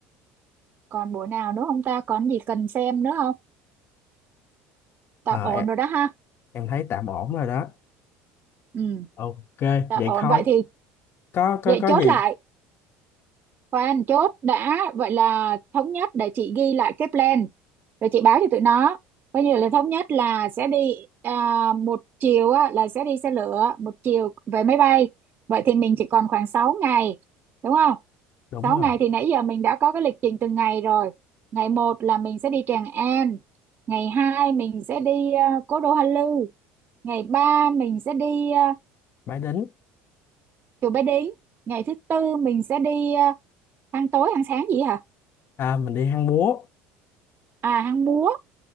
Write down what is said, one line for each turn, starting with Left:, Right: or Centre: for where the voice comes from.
Right: còn buổi nào nữa không ta còn gì cần xem nữa không tạm
Left: Ờ,
Right: ổn
Left: em,
Right: rồi đó ha
Left: em thấy tạm ổn rồi đó
Right: ừ
Left: ok
Right: tạm
Left: vậy
Right: ổn
Left: thôi
Right: vậy thì
Left: có có
Right: vậy
Left: có
Right: chốt
Left: gì
Right: lại khoan chốt đã vậy là thống nhất để chị ghi lại cái plan rồi chị báo cho tụi nó coi như là thống nhất là sẽ đi à, một chiều á, là sẽ đi xe lửa một chiều về máy bay vậy thì mình chỉ còn khoảng 6 ngày đúng không
Left: đúng
Right: 6
Left: rồi
Right: ngày thì nãy giờ mình đã có cái lịch trình từng ngày rồi ngày một là mình sẽ đi Tràng An ngày 2 mình sẽ đi à, Cố Đô Hoa Lư ngày 3 mình sẽ đi à,
Left: bái đính
Right: Chùa Bái Đính ngày thứ tư mình sẽ đi à, ăn tối ăn sáng gì hả
Left: à, mình đi hang múa
Right: à hang múa